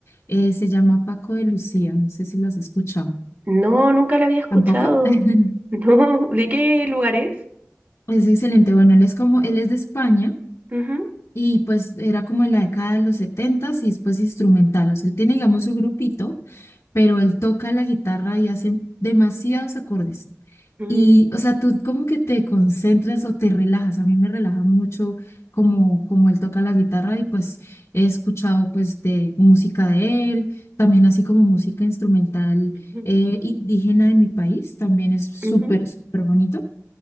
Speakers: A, on the left; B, on the right.
A: eh, se llama Paco de Lucía, no sé si lo has escuchado.
B: No, nunca la había escuchado.
A: ¿Tampoco? <laughs>
B: <laughs> No, ¿de qué lugar es?
A: Es excelente. Bueno, él es como, él es de España
B: Ujú,
A: y pues era como en la década de los 70 y después instrumental. O sea, él tiene, digamos, su grupito, pero él toca la guitarra y hace demasiados acordes.
B: mm,
A: Y, o sea, tú como que te concentras o te relajas. A mí me relaja mucho como, como él toca la guitarra y pues he escuchado pues de música de él, también así como música instrumental
B: ujú,
A: eh, indígena de mi país, también es súper,
B: ujú.
A: súper bonito.